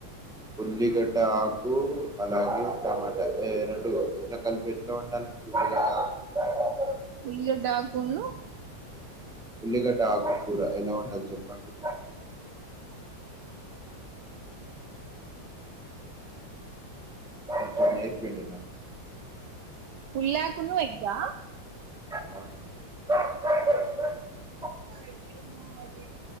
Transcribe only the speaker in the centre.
ఉల్లిగడ్డ ఆకు అలాగే టమాటా <unintelligible> <inaudible>
ఉల్లిగడ్డ ఆకు కూర ఎలా వండాలి చెప్పండి? వంట నేర్పియండి
<unintelligible>